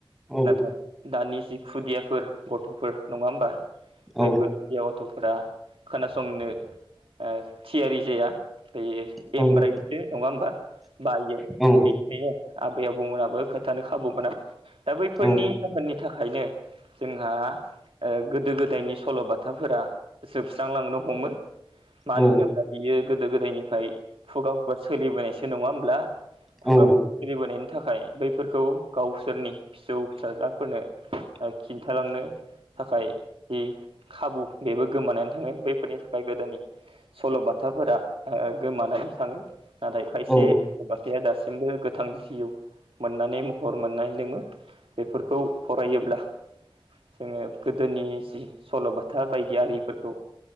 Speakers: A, in the centre; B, on the right.
A: औ
B: नाथाय दानि जि खुदियाफोर गथ'फोर नङा होमबा
A: औ
B: <inaudible> गथ'फोरा खोनासंनो ओ थियारि जाया बे
A: औ
B: एमब्राइ नङा होमबा बायो
A: औ
B: बेनिखायनो आबै आबौमोनाबो खोथानो खाबु मोना दा बैफोरनि
A: औ
B: जाहोननि थाखायनो जोंहा ओ गोदो गोदायनि सल'बाथाफोरा जोबस्रांलांनो हमो मानो
A: औ
B: होनोब्ला बियो गोदो गोदायनिफ्राय खुगा खुगा सोलिबोनायसो नङा होमब्ला
A: औ
B: खुगा खुगा सोलिबोनायनि थाखाय बैफोरखौ गावसोरनि फिसौ फिसाज्लाफोरनो खिन्थालांनो थाखाय जि खाबु बेबो गोमानानै थाङो बैफोरनि थाखाय गोदोनि सल'बाथाफोरा आ गोमानानै थाङो नाथाय खायसेल'बाथा
A: औ
B: जे दासिमबो गोथां जिउ मोननानै महर मोननाय लोङो बेफोरखौ फरायोब्ला जोङो गोदोनि जि सल'बाथा बायदि गयारिफोरखौ